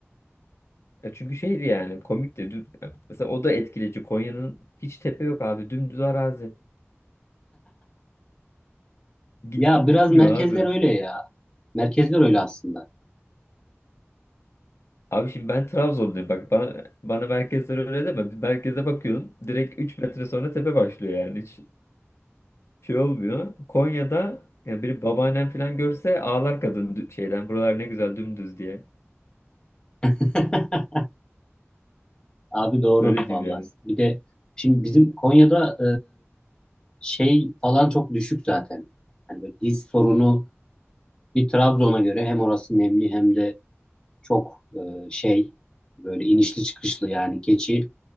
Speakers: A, on the left; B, on the left.
A: E çünkü şeydi yani komikti. Düm- Mesela o da etkileyici. Konya'nın hiç tepe yok abi. Dümdüz arazi. Git
B: Ya
A: git
B: biraz
A: bitmiyor
B: merkezler
A: abi.
B: öyle ya. Merkezler öyle aslında.
A: Abi şimdi ben Trabzonluyum. Bak bana bana merkezler öyle deme. Merkeze bakıyorsun. Direkt 3 metre sonra tepe başlıyor yani. Hiç şey olmuyor. Konya'da ya bir babaannem falan görse ağlar kadın dü- şeyden. Buralar ne güzel dümdüz diye.
B: <laughs> Abi doğru
A: Öyle diyeyim
B: vallahi.
A: yani.
B: Bir de şimdi bizim Konya'da şey falan çok düşük zaten. Hani böyle diz sorunu bir Trabzon'a göre hem orası nemli hem de çok e, şey böyle inişli çıkışlı yani keçi